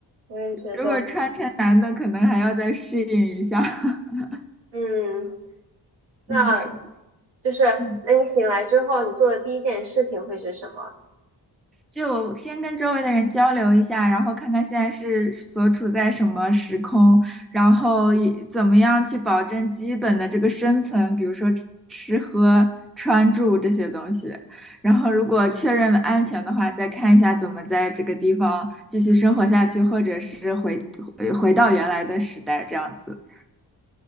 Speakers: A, on the right; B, in the centre.
A: 我也觉得，
B: 如果穿男的，可能还要再适应一下。<laughs>
A: 嗯，那
B: 嗯，是的，
A: 就是，
B: 嗯，
A: 那你醒来之后，你做的第一件事情会是什么？
B: 就我先跟周围的人交流一下，然后看看现在是所处在什么时空，然后以怎么样去保证基本的这个生存，比如说吃喝穿住这些东西。然后如果确认了安全的话，再看一下怎么在这个地方继续生活下去，或者是回回回到原来的时代这样子。